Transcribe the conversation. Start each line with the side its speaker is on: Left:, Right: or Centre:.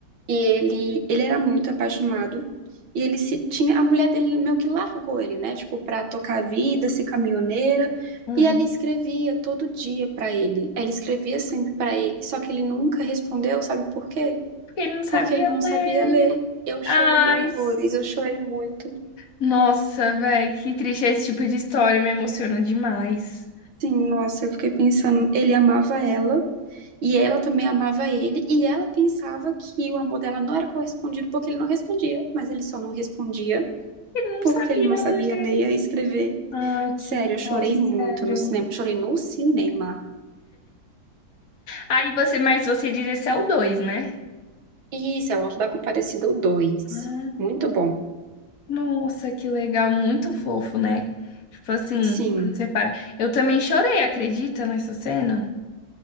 Right: E ele, ele era muito apaixonado. E ele se tinha. A mulher dele meio que largou ele, né? Tipo, pra tocar a vida, ser caminhoneira.
Left: Uhum.
Right: E ela escrevia todo dia pra ele. Ela escrevia sempre pra ele, só que ele nunca respondeu, sabe por quê?
Left: Porque ele não sabia
Right: Porque ele não sabia
Left: ler.
Right: ler. Eu chorei
Left: Ai,
Right: horrores,
Left: s-
Right: eu chorei muito.
Left: nossa, velho, que triste. Esse tipo de história me emociona demais.
Right: Sim, nossa, eu fiquei pensando. Ele amava ela. E ela também amava ele, e ela pensava que o amor dela não era correspondido porque ele não respondia, mas ele só não respondia
Left: Ele não
Right: porque
Left: sabia
Right: ele não sabia
Left: ler.
Right: ler e escrever.
Left: Ai, que
Right: Sério, eu chorei
Left: dó,
Right: muito
Left: sério.
Right: no cinema. Chorei no cinema.
Left: Aí você, mas você diz esse é o dois, né?
Right: Isso, é o Auto da Compadecida dois.
Left: Ah,
Right: Muito bom.
Left: nossa, que legal, muito fofo, né? Tipo assim,
Right: Sim.
Left: quando você para. Eu também chorei, acredita, nessa cena?